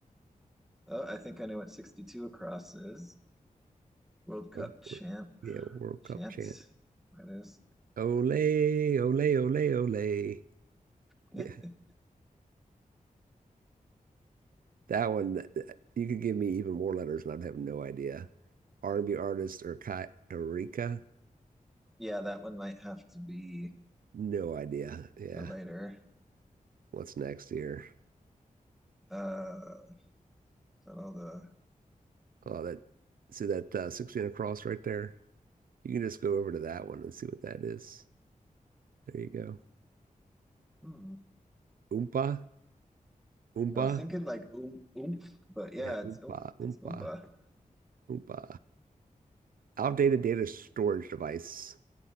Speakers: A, in the centre; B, on the right.
A: Oh, I think I know what 62 across is. World Cup
B: Of
A: champ,
B: course. Yeah, World
A: chant,
B: Cup chant.
A: that is.
B: Ole, ole, ole, ole.
A: <laughs>
B: Yeah, that one. th- th- You could give me even more letters, and I'd have no idea. R&B artist or Kai Erika?
A: yeah, that one might have to be
B: No idea. Yeah.
A: for later.
B: What's next here?
A: Uh, is that all the?
B: Oh, that. See that uh, 16 across right there? You can just go over to that one and see what that is. There you go.
A: Hmm.
B: Oompa, oompa.
A: I was thinking like oom oomph, but yeah,
B: Yeah,
A: it's
B: oompa,
A: oom it's
B: oompa,
A: oompa.
B: oompa. Outdated data storage device.